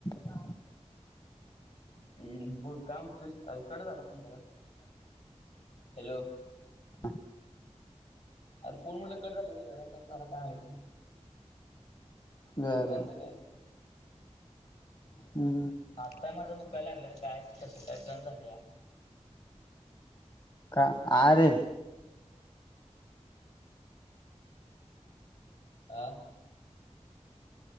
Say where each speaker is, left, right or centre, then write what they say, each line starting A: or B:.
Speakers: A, on the left; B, on the left.
A: हो.
B: हम्म बोल काय म्हतेस अ कट झाला फोन जरा हॅलो.
A: हम्.
B: अरे फोन म्हटलं कट झालं कं झाला काय माहिती
A: बर
B: निघायचं काय?
A: हा.
B: आताय म दुखायला लागलं तर काय कस काय कण झालं या.
A: का आरे
B: आह.